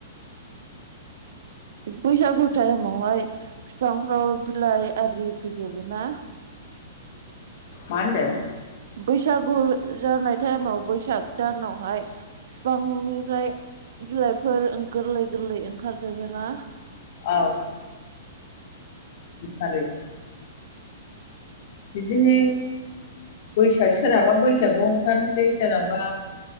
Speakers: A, on the right (about 60°); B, on the left (about 50°).
A: <inaudible> बैसागु टाइमावहाय बिफांफ्राव बिलाइ आरि फैजोबो ना
B: मा होनदों
A: बैसागु जानाय टाइमाव बैसाग दानावहाय बिफांनिफ्राय बिलाइफोर गोरलै गोरलै खार जोबोना
B: औ सार बिदिनो बैसोआ सोरहाबा बैसो बैसागआव ओंखारसै सोरनाबा